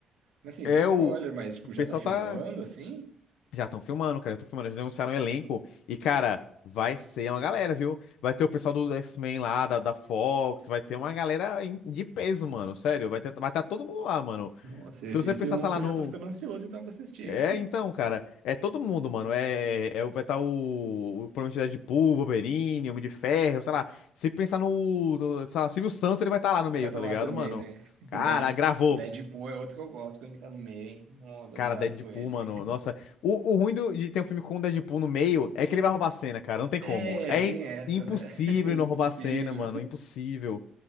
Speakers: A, on the right (about 85°); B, on the left (about 80°).
A: Mas assim,
B: É
A: sem spoiler,
B: o.
A: mas tipo,
B: O pessoal
A: já tá filmando
B: tá.
A: assim?
B: Já estão filmando, cara, já estão filmando, já anunciaram o elenco. E, cara, vai ser uma galera, viu? Vai ter o pessoal do X-Men lá, da, da Fox, vai ter uma galera em- de peso, mano, sério. Vai ter, vai estar todo mundo lá, mano.
A: Nossa, e-
B: Se você
A: esse
B: pensar,
A: é um
B: sei lá,
A: que eu
B: no.
A: já tô ficando ansioso então pra assistir.
B: É, então, cara, é todo mundo, mano. É, é, o- vai estar o, o provavelmente é Deadpool, Wolverine, Homem de Ferro, sei lá.
A: <laughs>
B: Se pensar no, no- sei lá, Silvio Santos, ele vai estar lá no meio,
A: Vai estar
B: tá ligado,
A: lá também,
B: mano?
A: né? <laughs>
B: Cara,
A: Deadp-
B: gravou.
A: Deadpool é outro que eu gosto quando ele tá no meio, hein? Não, dou
B: Cara,
A: risada
B: Deadpool,
A: com ele.
B: mano. Nossa, o, o ruim do- de ter um filme com o Deadpool no meio é que ele vai roubar a cena, cara. Não tem como.
A: É,
B: É
A: tem
B: im-
A: essa,
B: impossível
A: né? <laughs>
B: ele
A: Impossível.
B: não roubar a cena, mano. Impossível.